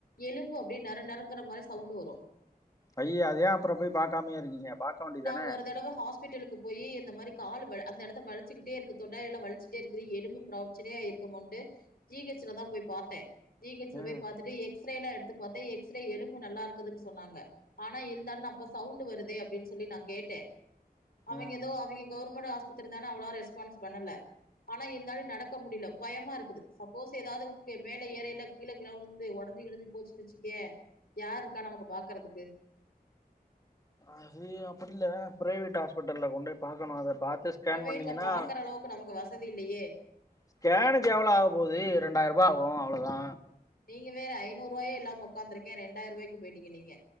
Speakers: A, on the left; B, on the left.
A: எலும்பு அப்டியே நற நறங்கற மாரி சவுண்டு வரு
B: ஐயே அத ஏ அப்பறோ போய் பாக்காமயே இருக்கீங்க? பாக்க வேண்டியதானே
A: நா ஒரு தடவ ஹாஸ் பிட்டலுக்கு போயி இந்த மாரி காலு மேல அந்த எடத்த வலிச்சுக்கிட்டே இருக்கு தொடை எல்லா வலிச்சுட்டே இருக்குது எலும்பு ப்ரோச்சனையா இருக் குமோன்ட்டு ஜி ஹெச் ல தா போய் பாத்தே ஜி ஹெச் ல
B: ம்
A: போய் பாத்துட்டு எக்ஸ் ரே ல்லா எடுத்து பாத்தே எக்ஸ் ரே எலும்பு நல்லாருக்குதுன் சொன்னாங்க ஆனா இருந்தாலு அப்ப சவுண்டு வருதே அப்டின் சொல்லி நா கேட்டே அவிங்க
B: ம்
A: எதோ அவிங்க கவுர்மெண்டு ஆ ஸ்பத்திரி தான அவ்ளோ ரெஸ்பான்ஸ் பண்ணல ஆனா இருந்தாலு நடக்க முடியில பயமா இருக்குது சப்போஸ் எதாவது உக்கே மேல ஏறைல கீழ கீழ உழுந்து ஒட ஒடஞ்சி கிடஞ்சி போச்சுன் வெச்சிக்யே யார்ருக்கா நமக்கு பாக்கறதுக்கு?
B: அது அப்படில்ல ப்ரைவேட் ஹாஸ்பிட்டல்ல கொண்டோய் பாக்கணு அத பாத்து ஸ்கேன்
A: ப்ரைவேட்ல
B: பண்ணீங்கன்னா
A: பாக்கறளவுக்கு நமக்கு வசதி இல்லியே
B: ஸ்கேனுக்கு எவ்ளோ ஆக போது ரெண்டாய்ருபா ஆகு அவ்ளோ தா
A: நீங்க வேற ஐநூர்ருவாயே இல்லாம ஒக்காந்துருக்கே ரெண்டாய்ருவாய்க்கு போய்ட்டீங்க நீங்க